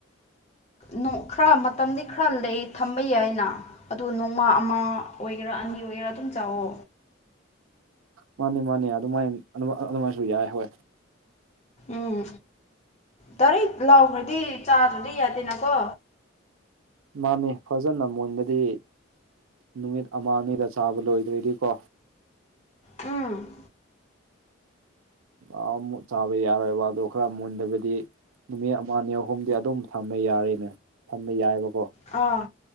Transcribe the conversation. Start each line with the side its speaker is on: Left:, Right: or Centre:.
Left: ꯅꯣꯡ ꯈꯔ ꯃꯇꯝꯗꯤ ꯈꯔ ꯂꯩ ꯊꯝꯕ ꯌꯥꯏꯅ ꯑꯗꯣ ꯅꯣꯡꯃ ꯑꯃ ꯑꯣꯏꯒꯦꯔꯥ ꯑꯅꯤ ꯑꯣꯏꯒꯦꯔꯥ ꯑꯗꯨꯝ ꯆꯥꯑꯣ
Right: ꯃꯥꯅꯤ ꯃꯥꯅꯤ ꯑꯗꯨꯃꯥꯏ ꯑꯗꯨꯃꯥꯏꯁꯨ ꯌꯥꯏ ꯍꯣꯏ
Left: ꯎꯝ ꯇꯔꯤꯛ ꯂꯥꯎꯈ꯭ꯔꯗꯤ ꯆꯥꯗ꯭ꯔꯗꯤ ꯌꯥꯗꯦꯅꯀꯣ
Right: ꯃꯥꯅꯦ ꯐꯖꯅ ꯃꯨꯟꯕꯗꯤ ꯅꯨꯃꯤꯠ ꯑꯃ ꯑꯅꯤꯗ ꯆꯥꯕ ꯂꯣꯏꯗ꯭ꯔꯗꯤꯀꯣ
Left: ꯎꯝ
Right: <unintelligible> ꯆꯥꯕ ꯌꯥꯔꯣꯏꯕ ꯑꯗꯨ ꯈꯔ ꯃꯨꯟꯗꯕꯗꯤ ꯅꯨꯃꯤꯠ ꯑꯃ ꯑꯅꯤ ꯑꯍꯨꯝꯗꯤ ꯑꯗꯨꯝ ꯊꯝꯕ ꯌꯥꯔꯦꯅꯦ ꯊꯝꯕ ꯌꯥꯏꯕꯀꯣ
Left: ꯑꯥ